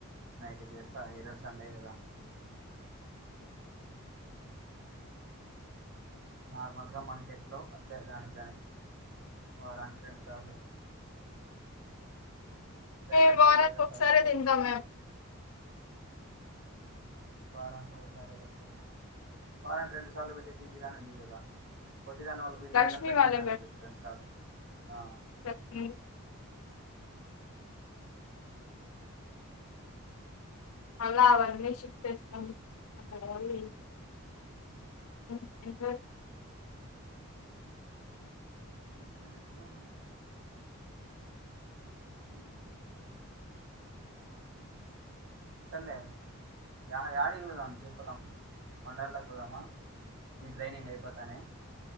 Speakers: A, on the right; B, on the left.
A: నైటి జేసా ఈరోజు సండే కదా నార్మల్ గా మనకెట్లో అట్లే దానికి దాని వారానికి రెండు సార్లు వెడ్నెస్డే
B: ఏ వారానికి
A: లేదా
B: ఒక ఒక
A: థర్స్డే
B: సారే తింటాం మేము
A: వారానికి ఒకసారే ఏం చేశాను వారానికి రెండు సార్లు పెట్టే పీజీగాని ఉంది కదా పొట్టిదాని వాళ్ళ పిజిలోగాని
B: లక్ష్మి
A: పెట్టన్నారు
B: వాళ్ళే పెట్
A: ఇప్పుడు రెండు సార్లు ఆ
B: చెప్పి అలా అవన్నీ షిఫ్ట్ చేస్తాం అక్కడ ఒల్ని అంతెగ
A: ఇంకేంచెద్దాం మిమ్మల్నె సర్లే యా యాడకి పోదాం చెప్పలం వండర్ల పోదామ మీ ట్రైనింగ్ అయి పోతనే